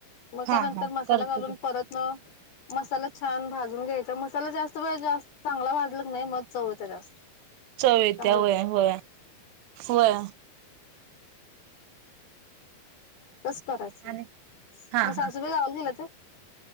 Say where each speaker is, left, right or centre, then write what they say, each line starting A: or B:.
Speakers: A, on the left (about 85°); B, on the right (about 80°).
A: मग
B: हा
A: का नंतर
B: हा
A: मसाला
B: करतो
A: घालून
B: की
A: परतन, मसाला छान भाजून घ्यायचा मसाला जास्त वेळ जास्त चांगला भाजला ना मग चव येते जास्त.
B: चव येते
A: चांगलं होत्या.
B: व्हया व्हया व्हय
A: कस करायचं
B: आणि
A: मग.
B: हा
A: मग
B: हा
A: सासूबाई गावाला गेल्यात्या.